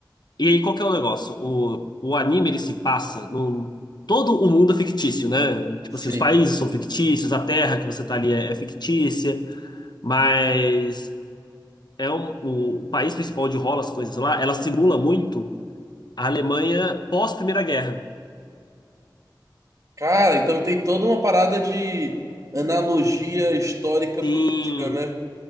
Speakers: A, on the left (about 65°); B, on the right (about 45°).
A: E aí, qual que é o negócio? O, o anime, ele se passa num... Todo o mundo é fictício, né? Tipo
B: sim.
A: assim, os países são fictícios, a terra que você tá ali é, é fictícia, mas é um, o, o país principal onde rola as coisas lá, ela simula muito a Alemanha pós-Primeira Guerra.
B: Cara, então tem toda uma parada de analogia histórica política,
A: Sim,
B: né?